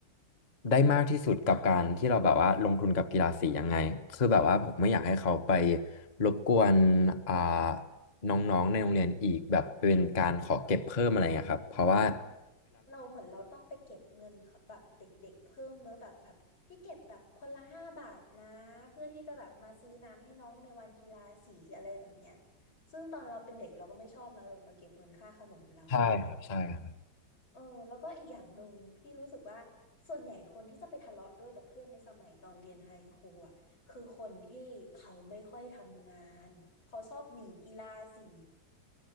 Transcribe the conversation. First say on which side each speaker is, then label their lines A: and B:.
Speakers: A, on the left; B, on the left.
A: ได้มากที่สุดกับการที่เราแบบว่าลงทุนกับกีฬาสียังไงคือแบบว่าผมไม่อยากให้เขาไปรบกวนอ่าน้องๆในโรงเรียนอีกแบบเป็นการขอเก็บเพิ่มอะไรอย่างเครับเพราะว่า
B: อืมเราเหมือนเราต้องไปเก็บเงินเขาแบบเด็กๆเพิ่มเนอะแบบแบบพี่เก็บแบบคนละห้าบาทนะเพื่อที่จะแบบมาซื้อน้ำให้น้องในวันกีฬาสีอะไรแบบเนี้ยซึ่งตอนเราเป็นเด็กเราก็ไม่ชอบนะแบบมาเก็บเงินค่าขนมเราแบบเนี้ย
A: ใช่ครับใช่ครับ
B: เออแล้วก็อีกอย่างหนึ่งพี่รู้สึกว่าส่วนใหญ่คนที่จะไปทะเลาะด้วยกับเพื่อนในสมัยตอนเรียนไฮสคูลอ่ะคือคนที่เขาไม่ค่อยทำงานเขาชอบหนีกีฬาสี